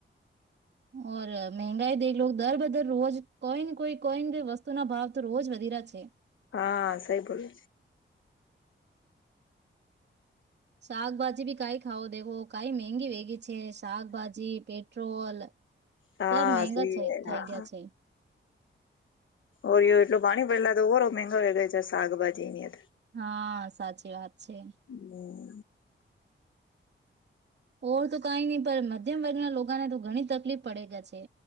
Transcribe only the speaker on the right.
ઓર મંગાઈ દેખલો દર બદર રોજ કોઈ ને કોઈ કોઈ નેઈ વસ્તુ ના ભાવ તો રોજ વધીરા છે.
શાકભાજી બી કંઈ <unintelligible> દેવો કંઈ મંગી વેગી છે. છે. શાકભાજી પેટ્રોલ
સબ મગા
થઈ
ગયા
છે.
હા, સાચી વાત છે.
ઓર તો કઈ નહી પણ મધ્યમ વર્ગના લોકોને તો ઘણી તકલીફ પડે <unintelligible> છે.